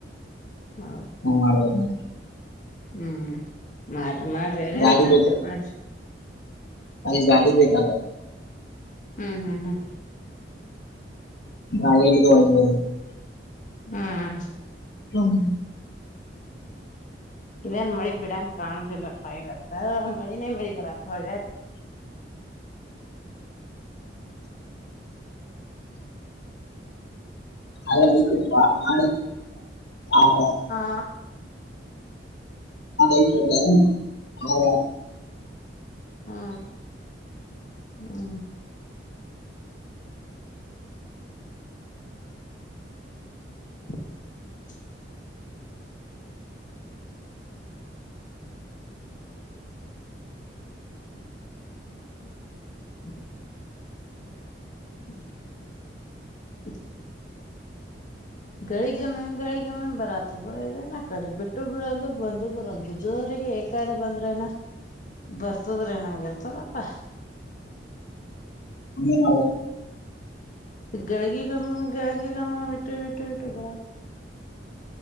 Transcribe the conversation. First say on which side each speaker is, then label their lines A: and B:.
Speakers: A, on the left; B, on the left.
A: ಹೌ
B: ಹಂಗ್ ಮಾಡ್ಬೇಕು
A: ಹ್ಮ್ ಮಾಡ್ರಿ ಮಾಡ್ರಿ ಏನೇನ್
B: ಗಾಡಿ
A: ಮಾಡ್ತೀರಿ
B: ಬೇಕು
A: ಮಾಡ್ರಿ
B: ಅಲ್ಲಿ ಗಾಡಿ ಬೇಕಾಗ
A: ಹ್ಮ್ ಹ್ಮ್ ಹ್ಮ್
B: ನ ಒ <unintelligible>
A: ಹ್ಮ್
B: ಹ್ಮ
A: ಇನ್ ಮಳಿ ಬಿಡಾಂಗ ಕಾಣುದಿಲ್ಲ ವರ್ಸ ಮಳಿನೇ ಮಳಿ ಬರತ್ ಒ
B: ಅ ರ ಮಾಡ ಹದ
A: ಆ
B: ಅದಲ್ಲ ಹೌ
A: ಹಾ ಹ್ಮ್ <inaudible> <inaudible> ಹ್ಮ್ ಹ ಗಗಳಿ ಗಮಿಮ ಗಗಳಿ ಗಮಿ ಬರತ್ತ ಬ ನ ಕಡೆ ಬಿಟ್ಟು ಬಿಡಲ್ದು ಬಂದು ಬರಲ್ದು ಜೋರ ರಿಗೆ ಏಕಾರೆ ಬಂದ್ರೇನ ಬರ್ತದ್ರೆ ನಂಗ ಇರ್ತದಪ್ಪಾ <inaudible>
B: ಹ್ಮೌ
A: ಗಗ ಗಮ್ಮ ಗ ಗಮ್ಮ ಬಿಟ್ಟ ಎಟ್ಟ ಇಟ್ಟಟ್ಟುಬ್ಬರ